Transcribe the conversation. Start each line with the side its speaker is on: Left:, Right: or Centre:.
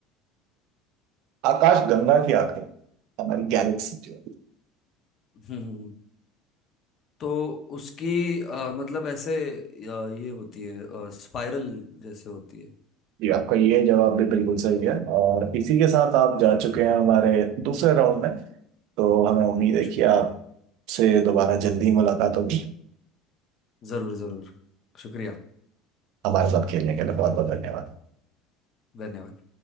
Right: आकाश गंगा की आकृति हमारी गैलेक्सी जो है
Left: हम्म तो उसकी अ, मतलब ऐसे अ, ये होती है स्पाइरल जैसे होती है
Right: जी आपका ये जवाब भी बिल्कुल सही है और इसी के साथ आप जा चुके हैं हमारे दूसरे राउंड में तो हमें उम्मीद है
Left: शुक्रिया
Right: कि आपसे दोबारा जल्दी ही मुलाकात होगी
Left: जरूर जरूर शुक्रिया
Right: हमारे साथ खेलने के लिए बहुत बहुत धन्यवाद
Left: धन्यवाद